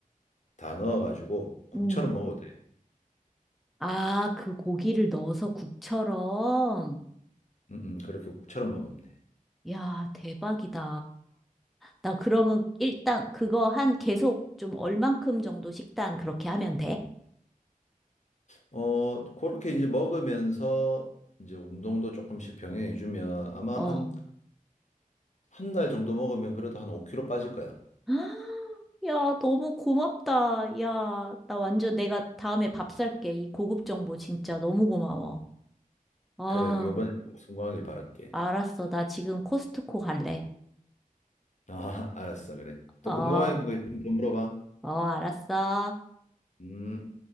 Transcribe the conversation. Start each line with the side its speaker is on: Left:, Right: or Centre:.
Left: 다 넣어가지고 국처럼
Centre: 음,
Left: 먹어도 돼.
Centre: 아, 그 고기를 넣어서 국처럼.
Left: 음, 음, 그렇게 국처럼 먹으면 돼.
Centre: 야, 대박이다. 나 그러면 일단 그거 한 계속 좀 얼만큼 정도 식단 그렇게 하면 돼?
Left: 어, 그렇게 이제 먹으면서 이제 운동도 조금씩 병행해주면 아마
Centre: 어.
Left: 한, 한 달 정도 먹으면 그래도 한 5kg 빠질 거야.
Centre: <gasps> 야, 너무 고맙다. 야, 나 완전 내가 다음에 밥 살게. 이 고급 정보 진짜 너무 고마워. 아.
Left: 그래, 요번에 꼭 성공하길 바랄게.
Centre: 알았어. 나 지금 코스트코 갈래.
Left: 아, <laughs> 알았어, 그래. 또
Centre: 어,
Left: 궁금한 거 있으면 좀 물어봐.
Centre: 어, 알았어.
Left: 음.